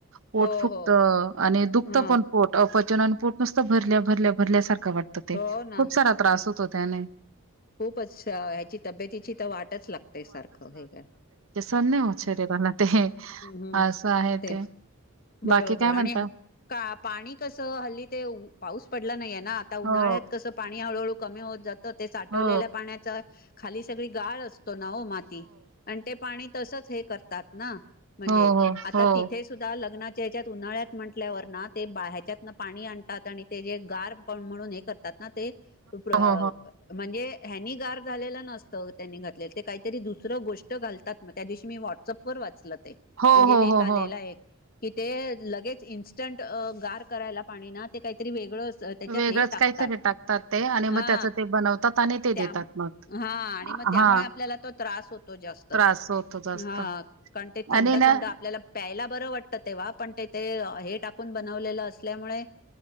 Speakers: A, on the right; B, on the left.
A: पोट
B: हो
A: फुक्त
B: हो
A: आणि दुखतं
B: हा
A: पण पोट अपच चनान पोट नुसत, भरल्या-भरल्या भरल्यासारखं वाटतं ते
B: हो ना
A: खूप सारा त्रास होतो त्याने.
B: खूपच, ह्याची तब्येतीची तर वाटच लागतेय सारखं हे का,
A: पण ना, होचेरे होरे मला ते
B: हम्म
A: असं आहे
B: तेच
A: ते.
B: बरोबर
A: बाकी काय म्हणता
B: आणि हं का पाणी कस, हल्ली तेउ पाऊस- पडलं नाहीे ना आता
A: हो
B: उन्हाळ्यात कसं, पाणी हळू-हळू कमी होत जातं. ते साठवलेल्या
A: हो
B: पाण्याचं खाली सगळी गाळ असतो ना हो, माती आणि ते पाणी तसच हे करतात ना, म्हणजे
A: हो
B: आता
A: हो
B: तिथे सुद्धा लग्नात. त्याच्यात उन्हाळ्यात म्हटल्यावर ना ते बा ह्याच्यात न पाणी आणतात. आणि ते जे गार पण म्हणून हे करतात. ना ते टू-ब्र
A: हो हो
B: म्हणजे. ह्यानी गार झालेलं नसतं. त्यांनी घातलेलं ते काहीतरी दुसरं गोष्ट घालतात मग, त्या दिवशी मी व्हॉट्सअप वर वाचल, ते
A: हो
B: म्हणजे
A: हो
B: लेख
A: हो
B: आलेला
A: हो
B: आहे. कि ते लगेच इन्स्टंटअं गार करायला पाणी ना ते काहीतरी वेगळं, त्याच्यात
A: वेगळंच
B: हे टाकतात
A: काहीतरी टाकतात. ते आणि मग
B: हा
A: त्याच ते बनवतात आणि, ते
B: त्या
A: देतात मग
B: हा, आणि मग त्यामुळे
A: हा
B: आपल्याला तो त्रास होतो जास्त.
A: त्रास होतो जास्त
B: हा. कारण ते थंड-थंड
A: आणि ना
B: आपल्याला प्यायला बर वाटत तेव्हा पण ते-ते हे टाकून बनवलेलं असल्यामुळे